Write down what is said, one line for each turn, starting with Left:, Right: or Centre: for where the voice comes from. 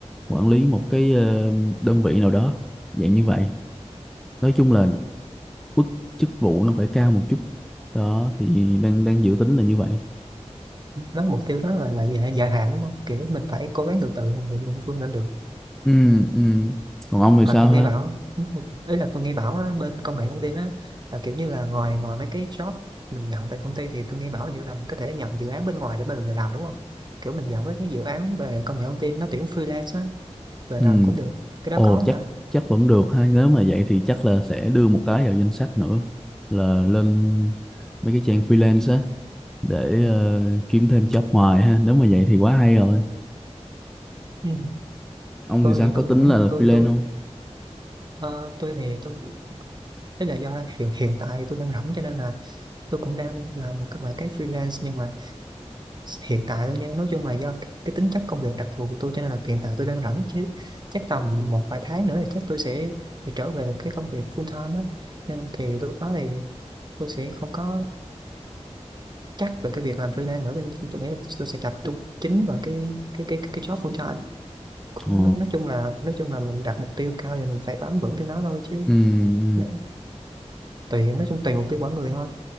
Centre: quản lý một cái ờ, đơn vị nào đó dạng như vậy nói chung là mức chức vụ nó phải cao một chút đó thì đang đang dự tính là như vậy
Right: nói mục tiêu đó là là dài, dài hạn đúng không kiểu mình phải cố gắng từ từ mình mình vươn lên được
Centre: ừ ừ còn ông thì
Right: mà
Centre: sao
Right: tôi nghe
Centre: ha
Right: bảo ấy là tôi nghe bảo á, bên công nghệ thông tin á là kiểu như là ngoài ngoài mấy cái job mình nhận tại công ty thì tôi nghe bảo như là mình có thể nhận dự án bên ngoài để mà mình làm đúng không kiểu mình nhận mấy cái dự án về công nghệ thông tin nó tuyển freelance á về
Centre: Ừ.
Right: làm cũng được cái đó
Centre: Ồ
Right: có không
Centre: chắc
Right: ta
Centre: chắc vẫn được ha nếu mà vậy thì chắc là sẽ đưa một cái vào danh sách nữa là lên mấy cái trang freelance á để
Right: ừ.
Centre: ờ, kiếm thêm job ngoài ha nếu mà vậy thì quá hay rồi
Right: Ừ.
Centre: ông
Right: tôi
Centre: thì sao
Right: thì
Centre: có
Right: tôi
Centre: tính
Right: vẫn
Centre: là
Right: tôi
Centre: freelance
Right: tôi
Centre: không
Right: ờ, tôi thì tôi thế là do hiện hiện tại tôi đang rảnh cho nên là tôi cũng đang làm một cái vài cái freelance nhưng mà hiện tại thôi nha nói chung là do cái, cái tính chất công việc đặc thù của tôi cho nên là hiện tại tôi đang rảnh chứ chắc tầm một vài tháng nữa thì chắc tôi sẽ phải trở về cái công việc full time đó nên thì lúc đó thì tôi sẽ không có chắc về cái việc làm freelance nữa nên tôi nghĩ là tôi sẽ tập trung chính vào cái cái cái cái job full time cũng
Centre: Ồ.
Right: nói chung là nói chung là mình đặt mục tiêu cao thì mình phải bám vững theo nó thôi chứ
Centre: Ừ.
Right: nó- tùy nói chung tùy mục tiêu mỗi người thôi